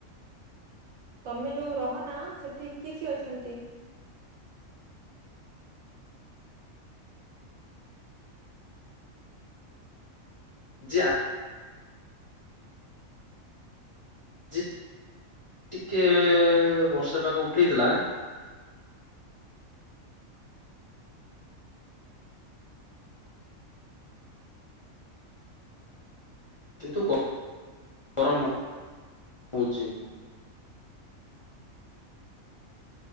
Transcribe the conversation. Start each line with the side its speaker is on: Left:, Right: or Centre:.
Right: ତମେ ଯୋଉ ରହନା ସେଠି କିଏ କିଏ ଅଛନ୍ତି?
Left: ଜେ ଆଜ ଝେ ଟିକେ ବର୍ଷା ପାଗ ଉଠେଇଥିଲା। କିନ୍ତୁ ଗରମ ହଉଛି।